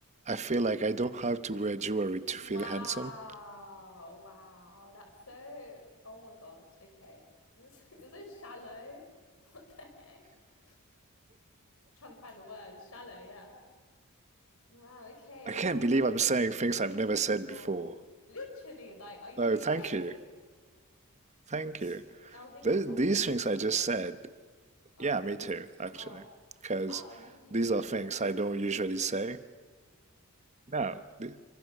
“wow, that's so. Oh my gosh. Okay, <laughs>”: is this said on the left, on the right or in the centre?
Left